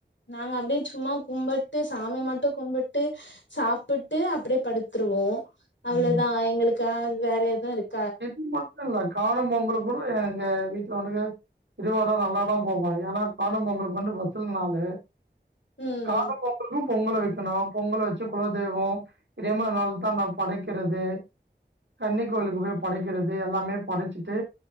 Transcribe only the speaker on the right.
ம்.
இது மட்டும் இல்ல காணும் பொங்கல் கூட எங்க வீட் வ திருவாரம் நல்லாாதா போவாம் ஏன்னா காணம் பொங்குளுக்கு வந்து பசல் நாளு
காண பொங்கலும் பொங்கல வைக்கணும் பொங்கல வச்சு குலதெய்வம் இதே மாரி நால தா நா படைக்கிறது கன்னி கோவிலுக்கு போய் படைக்கிறது எல்லாமே படைச்சிட்டு